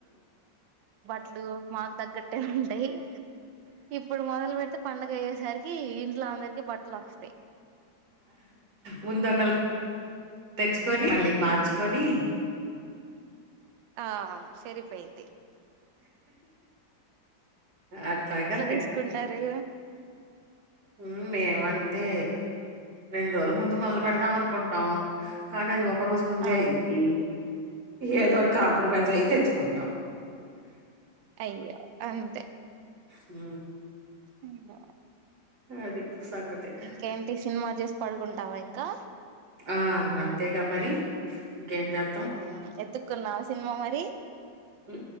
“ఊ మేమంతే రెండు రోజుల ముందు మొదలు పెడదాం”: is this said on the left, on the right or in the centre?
Right